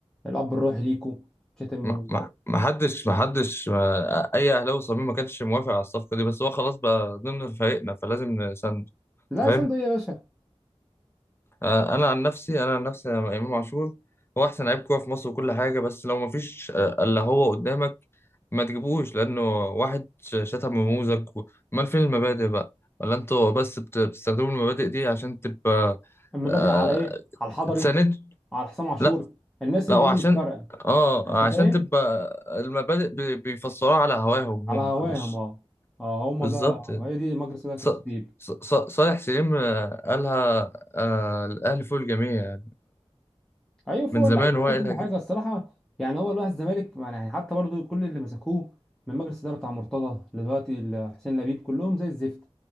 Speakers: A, in the centre; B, on the left (about 20°).
A: الاب الروحي ليكو شتم
B: ما ما- ما حدش ما حدش ما- اي اهلاوي صميم ما كانش موافق على الصفقة دي بس هو خلاص بقى ضمن فريقنا فلازم نساند
A: لا
B: انت فاهم
A: صندوق ايه يا باشا
B: آه، انا عن نفسي انا عن نفسي أنا امام عاشور هو احسن لعيب كوره في مصر وكل حاجه بس لو ما فيش آه، الا هو قدامك ما تجيبوش لانه واحد ش- شتم رموزك و- امال فين المبادئ بقى ولا انتوا بس بت- بتستخدموا المبادئ دي عشان تبقى
A: اما
B: آه،
A: بادئ على ايه على الحضري
B: تساند
A: على حسام عاشور
B: لا
A: الناس
B: لا
A: اللي
B: وعشان
A: ايه مش فارقه
B: اه
A: انت فاهم
B: عشان تبقى المبادئ بي- بيفسروها على هواهم
A: على
B: هم
A: هواهم
B: مش
A: اه اه هم
B: بالظبط
A: ده
B: يعني.
A: هي دي مجلس اداره
B: ص-
A: الخطيب
B: ص- ص- صالح سليم آه، قالها آه، الاهلي فوق الجميع يعني
A: ايوه فوق
B: من زمان
A: اللعيبه
B: هو
A: فوق
B: قايلها
A: كل حاجه
B: كده
A: الصراحه يعني هو الواحد الزمالك يعني حتى برضو كل اللي مسكوه من مجلس اداره بتاع مرتضى لدلوقتي حسين لبيب كلهم زي الزفت